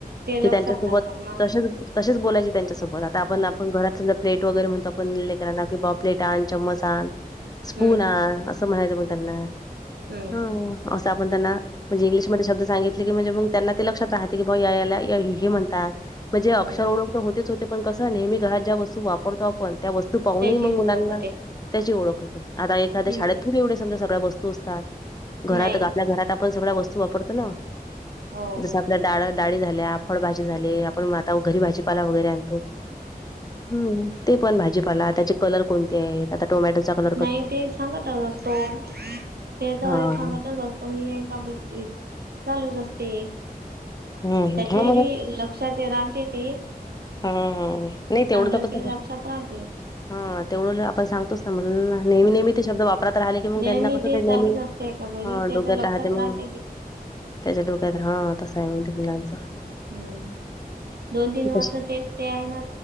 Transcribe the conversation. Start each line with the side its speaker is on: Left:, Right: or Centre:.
Right: ते लक्षात
Left: त त्यांच्यासोबत
Right: राहतात मग
Left: तच तच बोलायची त्यांच्यासोबत आता आपण
Right: हम्म
Left: आपण घरात समजा प्लेट वगैरे म्हणतो आपणले बा प्लेट आण चम्मच आण स्पून
Right: हम्म
Left: आण म्हणायचं मग त्यांना
Right: हम्म
Left: हा असं आपण त्यांना म्हणजे इंग्लिशमध्येध्ये शब्द सांगितले की म्हणजे मग त्यांना ते लक्षात राहते की बा याला हे म्हणतात म्हणजे अक्षरओळोख
Right: हम्म
Left: तर होतेच होते पण कसं नेहमी घरात ज्या वस्तू वापरतो आपण त्या वस्तू पाह
Right: त्याची
Left: नय मग मुलांना
Right: ओळख होते
Left: त्याची ओळख होते आता एखाद्या
Right: हम्म
Left: शाळेत थ एवढ्या समज्या सगळ्या वस्तू असतात घरात
Right: नाही
Left: ग घरात आपण सगळ वस्तू वापरतो ना
Right: हो हो
Left: जस डाळ डाळी झाल्या फळभजी झाले आपण आता घरी भाजीपाला वगैरे आणतो हम्म ते पण भाजीपाला त्याचे कलर कोणते आहेत आता टोमॅटोचा क
Right: नाही ते सांगतच असतो ते तर
Left: हां.
Right: सांगतच असतो त मी का चालूच असते
Left: हं, हं.
Right: त्याच्या
Left: हां
Right: बी लक्षात येणार की ते.
Left: हमम हम नाही
Right: चांगलं
Left: तेवढं तर कसं
Right: की लक्षात राहते
Left: हा तेवढं आपण सांगतोच ना मला नेहमी
Right: हम्म
Left: नेहमी ते शब्द वापरत राहिले कि मग
Right: नेहमी
Left: त्यांना कसं ते
Right: चालूच
Left: नेहमी
Right: असते एका घरी त्याच्या
Left: डोक्यात
Right: लक्षात
Left: राहते मग
Right: कि
Left: त्याच्या डोक्यात हा तसं आहे म्हणते मुलांचं
Right: हम् दोन तीन वर्ष
Left: तसं
Right: तेच ते आहे ना